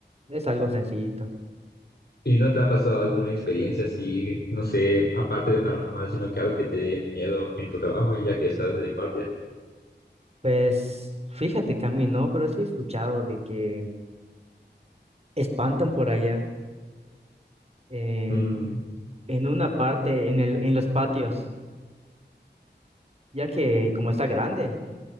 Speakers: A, on the right; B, on the left.
A: Es algo sencillito.
B: ¿Y no te ha pasado alguna experiencia así, no sé, aparte de paranormal, sino que algo que te dé miedo en tu trabajo, ya que estás de guardia?
A: Pues fíjate que a mí no, pero sí he escuchado de que espantan por allá en,
B: Mm.
A: en una parte, en el, en los patios, ya que como está grande,